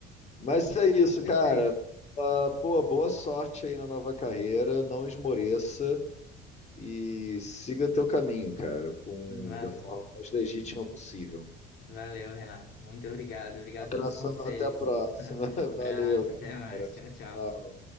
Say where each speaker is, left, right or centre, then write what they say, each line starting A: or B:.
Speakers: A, on the left (about 35°); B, on the left (about 70°).
A: Mas é isso,
B: Perfeito.
A: cara. Ah, pô, boa sorte aí na nova carreira. Não esmoreça. e siga teu caminho, cara, com
B: Valeu.
A: da forma mais legítima possível.
B: Valeu, Renato. Muito obrigado. Obrigado
A: Um abração,
B: pelos conselhos.
A: até a próxima.
B: <laughs>
A: <laughs>
B: Abraço,
A: Valeu, cara.
B: até mais. Tchau,
A: Tchau,
B: tchau.
A: tchau.